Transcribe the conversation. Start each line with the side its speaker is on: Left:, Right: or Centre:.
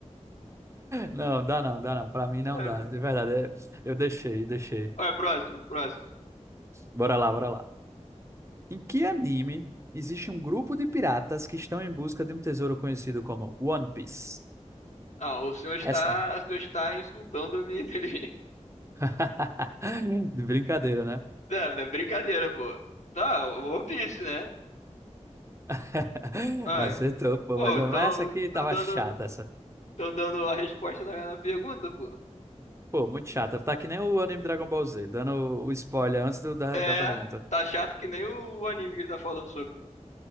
Right: Não, dá não, dá não. Pra mim não
Left: <laughs>
Right: dá. De verdade, é- eu deixei, deixei.
Left: Olha, próximo, próximo.
Right: Bora lá, bora lá. Em que anime existe um grupo de piratas que estão em busca de um tesouro conhecido como One Piece?
Left: Ah, o senhor está,
Right: Essa.
Left: o senhor está insultando a minha inteligência.
Right: <laughs> <laughs> De brincadeira, né?
Left: <laughs> Não, não é brincadeira, pô. Não, One Piece, né?
Right: <laughs>
Left: Ah,
Right: Acertou, pô,
Left: Pô,
Right: mas, mas
Left: então
Right: essa aqui
Left: estão
Right: tava
Left: dando,
Right: chata, essa.
Left: tão dando a resposta na, na pergunta, pô.
Right: Pô, muito chata. Tá que nem o anime Dragon Ball Z, dando o o spoiler antes do- da,
Left: É,
Right: da pergunta.
Left: tá chato que nem o anime que ele tá falando sobre.